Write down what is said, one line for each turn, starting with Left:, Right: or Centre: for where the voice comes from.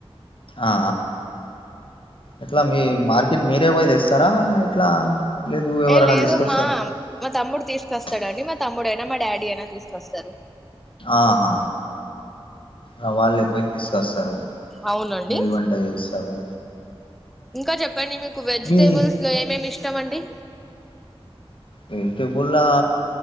Left: ఆ ఎట్లా మీ మార్కెట్ మీరే పోయ్ తెస్సారా, ఎట్లా లేదు ఎవరన
Centre: ఏ లేదు
Left: తీసుకొస్సర్
Centre: మా
Left: ప్చ్.
Centre: మా తమ్ముడు తీసుకొస్తాడండి మా తమ్ముడైనా మా డాడీ అయినా తీసుకొస్తరు
Left: ఆహా ఆ వాళ్ళే పోయ్ తస్సరు
Centre: అవునండి
Left: మీరు వంట ఏస్సరు
Centre: ఇంకా చెప్పండి మీకు వెజిటేబుల్స్
Left: మీ
Centre: లో ఏమేమి ఇష్ టమండి
Left: వెజిటేబుల్లా